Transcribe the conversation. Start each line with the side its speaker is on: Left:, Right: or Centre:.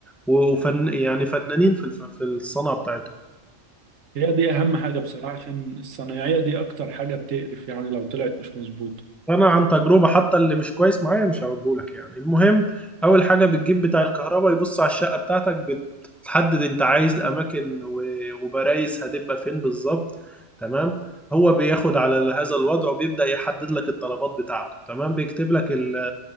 Centre: و- وفن يعني فنانين في الف- في الصنعه بتاعتهم
Right: هي دي اهم حاجه بصراحه عشان الصنايعيه دي اكتر حاجه بتقرف يعني لو طلعت مش مظبوطه
Centre: انا عن تجربه حتى اللي مش كويس معايا مش هقوله لك يعني المهم اول حاجه بتجيب بتاع الكهرباء يبص على الشقه بتاعتك بتحدد انت عايز اماكن و- وبرايز هتبقى فين بالظبط تمام هو بياخد على هذا الوضع وبيبدا يحدد لك الطلبات بتاعته تمام بيكتب لك ال-